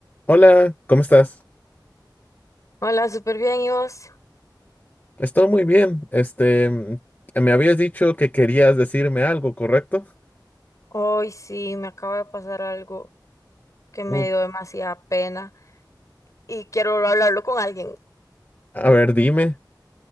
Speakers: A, on the left (about 25°); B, on the left (about 45°).
A: Hola, ¿cómo estás?
B: Hola, súper bien, ¿y vos?
A: Estoy muy bien. Este, mm, me habías dicho que querías decirme algo, ¿correcto?
B: Hoy sí, me acaba de pasar algo que me
A: Uy,
B: dio demasiada pena y quiero hablarlo con alguien.
A: a ver, dime.